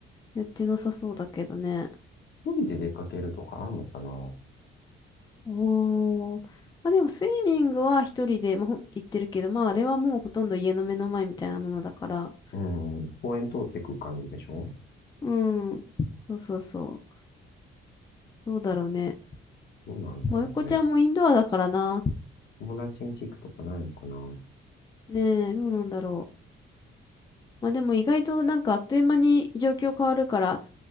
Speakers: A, on the left; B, on the left.
A: やってなさそうだけどね。
B: 一人で出かけるとかあんのかな
A: おー。まあでもスイミングは一人で、まあ、ほん行ってるけど、まああれはもうほとんど家の目の前みたいなものだから。
B: うん公園通ってく感じでしょ
A: うん。そうそうそう。どうだろうね。
B: どうなんだろうね。
A: まあ、おいこちゃんもインドアだからな。
B: 友達ん家行くとかないのかな
A: ねえ、どうなんだろう。まあでも意外となんかあっという間に状況変わるから、